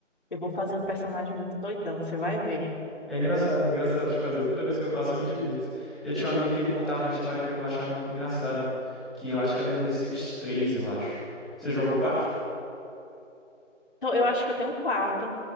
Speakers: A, on the left (about 40°); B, in the centre.
A: eu vou fazer um personagem muito doidão, você vai ver.
B: É engraçado, é engraçado de fazer. Toda vez que eu faço, eu me divirto. Eu tinha um amigo que ele contava uma história que eu achava muito engraçada, que eu acho que era no The Sims 3, eu acho. Você joga o quatro?
A: Então, eu acho que eu tenho um quarto.